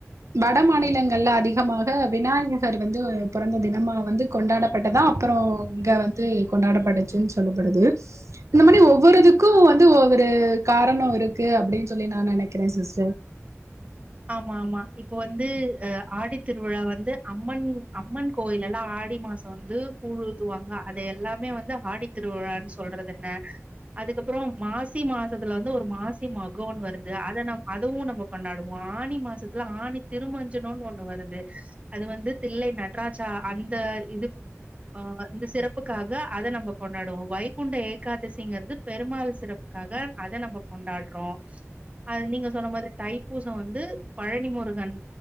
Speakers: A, on the right; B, on the right.
A: வட மாநிலங்கள்ல அதிகமாக விநாயகர் வந்து பொறந்த தினமா வந்து கொண்டாட பட்டதா அப்புற இங்க வந்து கொண்டாடப்படுச்சுன்னு சொல்லப்படுது இந்த மாரி ஒவ்வொருதுக்கும் வந்து ஒவ்வொரு காரணோ இருக்கு அப்பிடின் சொல்லி நா நெனைக்கிறே சிஸ்டர்
B: ஆமா மா இப்ப வந்து ஹ ஆடி திருவிழா வந்து அம்மன் அம்மன் கோயில் எல்லா மாசம் வந்து கூழ் ஊத்து வாங்க அத எல்லாமே வந்து ஆடி திருவிழான்னு சொல்றது என்ன அதுக்கப்புறம் மாசி மாசத்துல வந்து ஒரு மாசி மகோன் வருது அத நம்ம அதுவும் நம்ம கொண்டாட் ஆணி மாசத்துல ஆணி திருமஞ்சனோன் ஒண்ணு வருது அது வந்து தில்லை நடராஜா அந்த இது ஆ இந்த சிறப்புக்காக அத நம்ம கொண்டாடுவோ வைகுண்ட ஏகாதேசிங்கறது பெருமாள் சிறப்புக்காக அத நம்ம கொண்டாடுறோ நீங்க சொன்ன மாதிரிதா தை பூசம் வந்து பழனி முருகன்